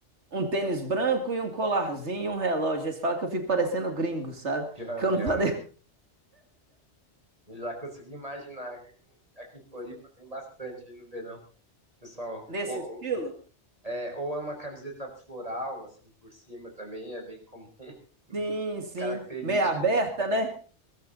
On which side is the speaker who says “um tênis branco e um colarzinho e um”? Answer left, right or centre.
Right